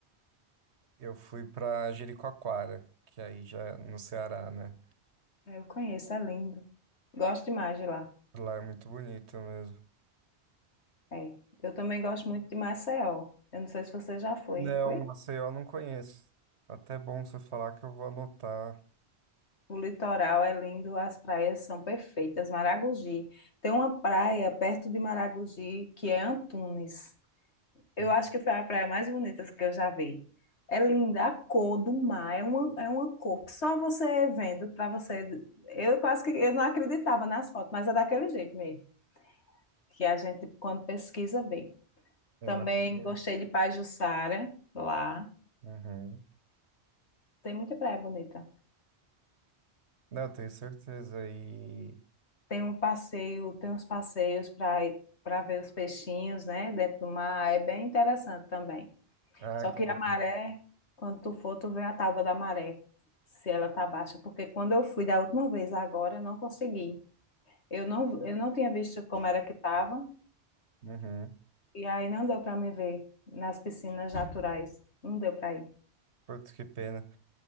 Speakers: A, on the right (about 80°); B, on the left (about 85°).
A: eu fui pra Jericoacoara, que aí já é no Ceará, né?
B: Ah, Eu conheço, é lindo. Gosto demais de lá.
A: Lá é muito bonito mesmo.
B: É. Eu também gosto muito de Maceió. Eu não sei se você já foi.
A: Não,
B: Foi?
A: Maceió eu não conheço. Até bom você falar que eu vou anotar.
B: O litoral é lindo, as praias são perfeitas. Maragogi. Tem uma praia perto de Maragogi que é Antunes. Eu
A: Hum,
B: acho que foi a praia mais bonita que eu já vi. É linda, a cor do mar é uma, é uma cor que só você vendo para você. Eu quase que eu não acreditava nas fotos, mas é daquele jeito mesmo, que a gente, quando pesquisa, vê. Também
A: Imagina.
B: gostei de Pajuçara, lá.
A: Uhum.
B: Tem muita praia bonita.
A: Não, eu tenho certeza. E...
B: Tem um passeio, tem uns passeios para para ver os peixinhos, né, dentro do mar. É bem interessante também.
A: Ah,
B: Só
A: que
B: que
A: legal.
B: a maré, quando tu for, tu vê a tábua da maré, se ela tá baixa, porque quando eu fui da última vez, agora eu não consegui. Eu não eu não tinha visto como era que tava
A: Uhum.
B: e aí não deu para me ver nas piscinas naturais. Não deu para ir.
A: Putz, que pena.